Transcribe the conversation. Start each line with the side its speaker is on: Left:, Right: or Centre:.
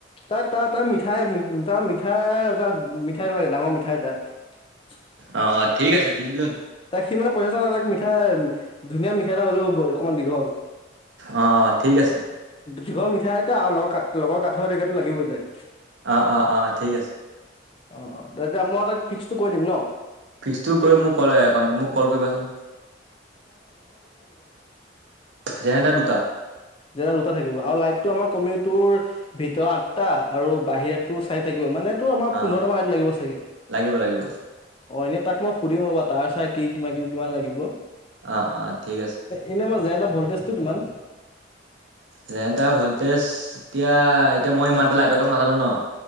Left: তাত তাৰ তাৰ মিঠাই তাৰ মিঠাই এটা মিঠাই এতা লাগে ডাঙৰ মিঠাই তাত। <inaudible>
Right: অ অ ঠিক আছে দি দিলো।
Left: তাক সি মানে পইচা এটা নাই তাক মিঠাই ধুনীয়া মিঠাই এটা হ'লেও হ'বই অকণমান দীঘল।
Right: অ', অ', ঠিক আছে।
Left: দীঘৰ মিঠাই এটা আৰু লগৰ কা লগৰ কাঠৰ একটো লাগিবই তাইক।
Right: অ', অ', অ', ঠিক আছে।
Left: অ তেতিয়া মই তাক ফিক্সটো কৰি দিম ন।
Right: ফিকজটোও ক মোক কল একাউণ্ট মোক কল কৰিবাচোন। জেনেৰেটাৰ দুটা
Left: যেয়া দুটা থাকিব আৰু লাইট। আমাৰ কমিটোৰ ভিতৰত আঠটা আৰু বাহিৰাতো চাই থাকিব মানে, টো আমাৰ
Right: অ
Left: পোন্ধৰটা মান <unintelligible> লাগিব চাগে
Right: লাগিব লাগিব
Left: অ এনেই তাক মই সুধিম ৰ'বা ত চ কি কি ল
Right: অ অ ঠিক আছে
Left: এনে আম টো কিমান
Right: যোৰ ভল্টেজ এতিয়া এতিয়া মই ইমানটা লাইটৰ কাম নাজানো ন